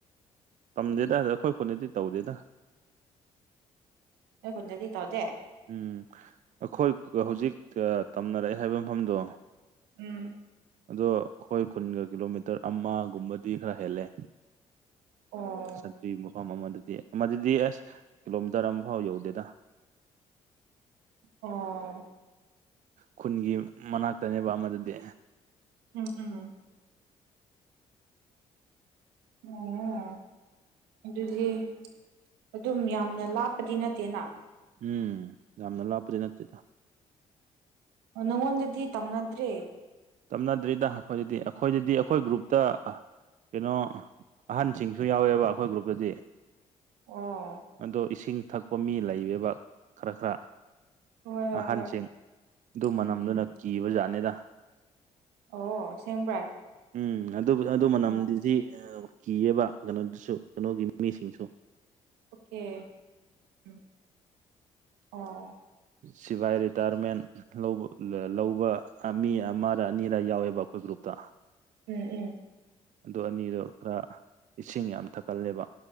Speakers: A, on the right; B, on the right.
A: ꯇꯝꯗꯦꯗ ꯗ ꯑꯈꯣꯏ ꯈꯨꯟꯗꯗꯤ ꯇꯧꯗꯦꯗ꯫
B: ꯅꯣꯏ ꯈꯨꯟꯗꯗꯤ ꯇꯧꯗꯦ꯫
A: ꯎꯝ ꯑꯈꯣꯏ ꯀ ꯍꯧꯖꯤꯛ ꯑꯥ ꯇꯝꯅꯔꯛꯑꯦ ꯍꯥꯏꯕ ꯃꯐꯝꯗꯣ
B: ꯎꯝ
A: ꯑꯗꯣ ꯑꯈꯣꯏ ꯈꯨꯟꯒ ꯀꯤꯂꯣꯃꯤꯇꯔ ꯑꯃꯒꯨꯝꯕꯗꯤ ꯈꯔ ꯍꯦꯜꯂꯦ꯫
B: ꯑꯣ
A: ꯆꯠꯇ꯭ꯔꯤꯕ ꯃꯐꯝ ꯑꯃꯗꯗꯤ ꯑꯃꯗꯗꯤ ꯑꯦꯁ ꯀꯤꯂꯣꯃꯤꯇꯔ ꯑꯃꯐꯥꯎ ꯌꯧꯗꯦꯗ꯫
B: ꯑꯣ
A: ꯈꯨꯟꯒꯤ ꯃꯅꯥꯛꯇꯅꯦꯕ ꯑꯃꯗꯨꯗꯤ
B: ꯎꯝ ꯎꯝ <unintelligible> ꯑꯗꯨꯗꯤ ꯑꯗꯨꯝ ꯌꯥꯝꯅ ꯂꯥꯞꯄꯗꯤ ꯅꯠꯇꯦꯅ
A: ꯎꯝ ꯌꯥꯝꯅ ꯂꯥꯞꯄꯗꯤ ꯅꯠꯇꯦꯗ
B: ꯅꯪꯉꯣꯟꯗꯗꯤ ꯇꯝꯅꯗ꯭ꯔꯤ
A: ꯇꯝꯅꯗ꯭ꯔꯤꯗ ꯑꯈꯣꯏꯗꯗꯤ ꯑꯈꯣꯏꯗꯗꯤ ꯑꯈꯣꯏ ꯒ꯭ꯔꯨꯞꯇ ꯑ ꯀꯩꯅꯣ ꯑꯍꯟꯁꯤꯡꯁꯨ ꯌꯥꯎꯋꯦꯕ ꯑꯈꯣꯏ ꯒ꯭ꯔꯨꯞꯇꯗꯤ
B: ꯑꯣ
A: ꯑꯗꯣ ꯏꯁꯤꯡ ꯊꯛꯄ ꯃꯤ ꯂꯩꯌꯦꯕ ꯈ꯭ꯔ-ꯈ꯭ꯔ
B: ꯍꯣꯏ ꯍꯣꯏ
A: ꯑꯍꯟꯁꯤꯡ
B: ꯍꯣꯏ
A: ꯗꯨ ꯃꯅꯝꯗꯨꯅ
B: ꯎꯝ ꯎꯝ
A: ꯀꯤꯕꯖꯥꯠꯅꯤꯗ꯫
B: ꯑꯣ ꯑꯁꯦꯡꯕ꯭ꯔꯥ
A: ꯎꯝ ꯑꯗꯨꯕꯨ ꯑꯗꯨ ꯃꯅꯝꯗꯨꯗꯤ
B: ꯑꯣ
A: ꯑ ꯀꯤꯌꯦꯕ ꯀꯩꯅꯣꯗꯨꯁꯨ ꯀꯩꯅꯣꯒꯤ ꯃꯤꯁꯤꯡꯁꯨ꯫
B: ꯑꯣꯀꯦ ꯎꯝ ꯑꯣ
A: ꯁꯤꯕꯥꯏ ꯔꯤꯇꯥꯏ꯭ꯔꯃꯦꯟ ꯂꯧꯕ ꯂꯦ ꯂꯧꯕ ꯑ ꯃꯤ ꯑꯃꯔ ꯑꯅꯤꯔ ꯌꯥꯎꯋꯦꯕ ꯑꯈꯣꯏ ꯒ꯭ꯔꯨꯞꯇ꯫
B: ꯎꯝ ꯎꯝ
A: ꯑꯗꯨ ꯑꯅꯤꯗꯣ ꯈ꯭ꯔ ꯏꯁꯤꯡ ꯌꯥꯝ ꯊꯛꯀꯜꯂꯦꯕ꯫